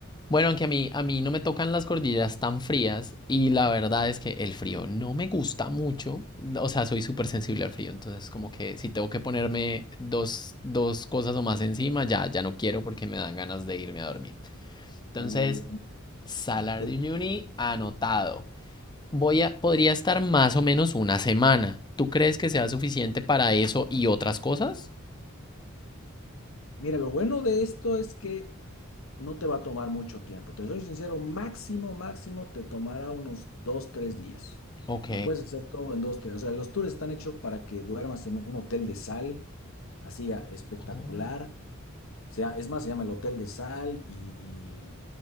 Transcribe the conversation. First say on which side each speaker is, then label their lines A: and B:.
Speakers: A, on the left (about 20°); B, on the left (about 70°).
A: Bueno, aunque a mí, a mí no me tocan las cordilleras tan frías y la verdad es que el frío no me gusta mucho, o sea, soy súper sensible al frío, entonces como que si tengo que ponerme dos, dos cosas o más encima, ya, ya no quiero porque me dan ganas de irme a dormir. Entonces,
B: Uh,
A: Salar
B: te-
A: de Salardiuni anotado. Voy a, podría estar más o menos una semana. ¿Tú crees que sea suficiente para eso y otras cosas?
B: mira, lo bueno de esto es que no te va a tomar mucho tiempo. Te soy sincero, máximo, máximo te tomará unos dos, tres días.
A: Ok.
B: Lo puedes hacer todo en dos, tres. O sea, los tours están hechos para que duermas en un hotel de sal, así ah, espectacular.
A: Oh.
B: sea, es más, se llama el Hotel de Sal y,